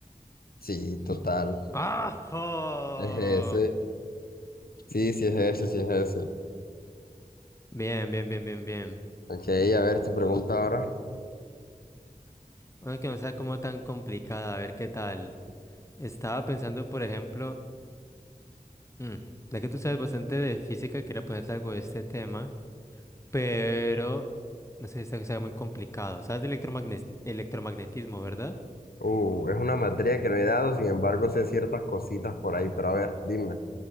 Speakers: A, on the left; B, on the left.
A: Sí, total.
B: ¡Ah! ¡Oh!
A: Es ese. Sí, sí, es ese, sí, es ese.
B: Bien, bien, bien, bien, bien.
A: Ok, a ver tu pregunta ahora.
B: Bueno, que no sea como tan complicada, a ver qué tal. Estaba pensando, por ejemplo, mm, ya que tú sabes bastante de física, quería ponerte algo de este tema, pero no sé si está está muy complicado. ¿Sabes de electromagnes- electromagnetismo, verdad?
A: Uh, es una materia que no he dado, sin embargo sé ciertas cositas por ahí, pero a ver, dime.